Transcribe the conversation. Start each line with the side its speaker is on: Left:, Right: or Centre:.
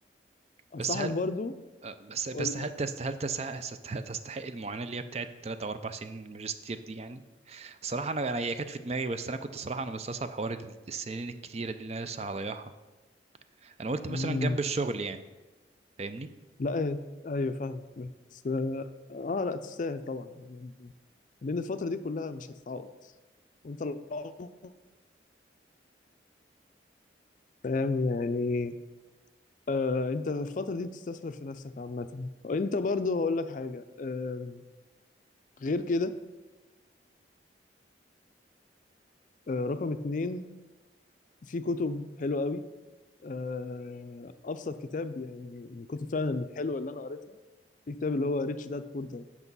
Left: انصحك
Right: بس هل
Left: برضو
Right: آه، بس بس
Left: قول
Right: هل تست هل تس- تستحق تستحق المعاناه اللي هي بتاعت ثلاث او اربع سنين الماجستير دي يعني صراحه انا انا هي كانت في دماغي بس انا كنت صراحه انا مستصعب حوار ال- السنين الكتيره دي اللي انا لسه هضيعها انا قلت مثلا
Left: مم،
Right: جنب الشغل يعني فاهمني
Left: لا إيه، ايوه فاهم بس اه آه، لا تستاهل طبعا يعني لان الفتره دي كلها مش هتتعوض وانت العمر فاهم يعني آه انت في الفتره دي بتستثمر في نفسك عامه وانت برضو هقول لك حاجه آه غير كده آه رقم اتنين في كتب حلوه قوي آه، ابسط كتاب يعني من الكتب فعلا الحلوه اللي انا قريتها في كتاب اللي هو ريتش داد بور داد